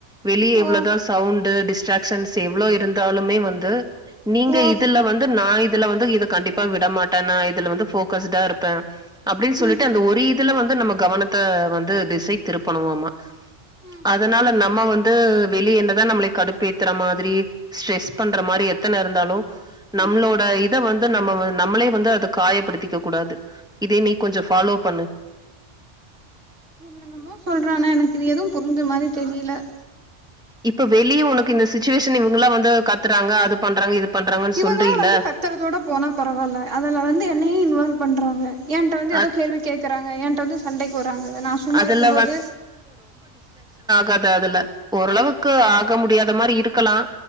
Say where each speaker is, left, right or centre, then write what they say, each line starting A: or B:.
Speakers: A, in the centre; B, on the right.
A: வெளிய எவ்ளொதா
B: ஓ
A: சவுண்டு டிஸ் ட்ராக்ஸன்ஸ் ஸு எவ்ளொ இருந்தாலுமே வந்து நீங்க
B: ஓ
A: இதுல வந்து நா இ இதுல வந்து இது கண்டிப்பா விடமாட்டன் நா இதுல வந்து போக்கஸ்டா இருப்பேன் அப்டின்னு சொல்லிட்டு
B: ம்
A: அந்த ஒரு இது இதுல வந்து நம்ம கவனத்தை வந்து திசை திருப்பனுமாவ
B: ம்
A: அதனால நம் நம் வந்து வெளிய என்ன தா நம்மள கடுப்பு ஏத்துற மாதிரி ஸ்ட்ரெஸ் பண்ற மாரி எத்தன இருந்தாலும் நம்மளோட
B: ம்
A: இத வந்து நம்ம நம்மளே வந்து அத காயப்படுத்திக்க கூடாது இத நீ கொஞ்சம் ஃபாலோ பண்ணு
B: என்னன்னமோ சொல்றானா எனக்கு இது எதுவும் புரிஞ்ச மாதிரி தெரில
A: இப்ப வெளிய உனக்கு இந்த சுச்சுவேஷன் இவங்களாம் வந்து கத்துறாங்க அது பண்றாங்க, இது பண்றாங்கன்னு
B: இவங்களா
A: சொல்றீல.
B: வந்து கத்துறதோட போனா பரவாயில்ல அதுல வந்து என்னையும் இன்வால்வ் பண்றாங்க என்ட்ட வந்து ஏதோ
A: அத்
B: கேள்வி கேட்கறாங்க என்கிட்ட வந்து சண்டைக்கு வராங்க நா சும்மா
A: அதுல
B: இருக்கும்போது
A: கத அதுல ஓரளவு க்கு ஆக முடியாத மாரி இருக்கலா